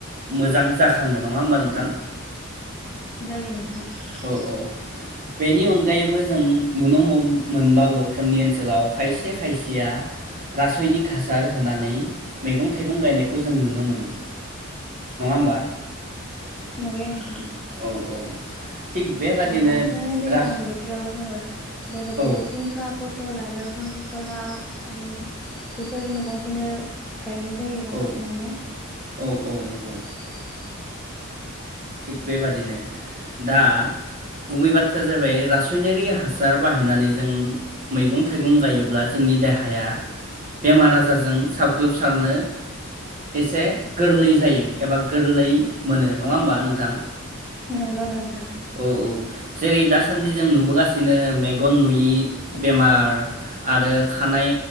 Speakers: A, on the right (about 40°); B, in the centre.
A: मोजां जाखाङो नङा होमबा नोंथां?
B: जायो नोंथां <inaudible>
A: औ औ बेनि अनगायैबो जों नुनो मोन मोनबावो जोंनि ओनसोलाव खायसे खायसेया रासायनिक हासार होनानै मैगं थाइगं गायनायखौ जों नुनो मोनो नङा होमबा?
B: नुयो नोंथां
A: औ औ थिग बेबादिनो
B: बांसिनानो दैज्लां
A: राज
B: बोथोराव जोङो बेबायदिनो
A: औ
B: जिंखा प टल आरो खांख्रिखला आरो बेफोर मैगं खौनो गायनाय जायो बांसिनानो
A: औ औ औ नंगौ
B: <inaudible>
A: थिग बेबादिनो दा गुबै बाथ्राया जाबाय रासायनारि हासार बाहायनानै जों मैगं- थाइगं गायोब्ला जोंनि देहाया बेमार आजारजों सागख्लोबसारनो एसे गोरलै जायो एबा गोरलै मोनो नङा होमबा नोंथां?
B: नंगौ नों
A: औ औ जेरै दासानदि जों नुबोगासिनो मेगन नुयि बेमार आरो खानाय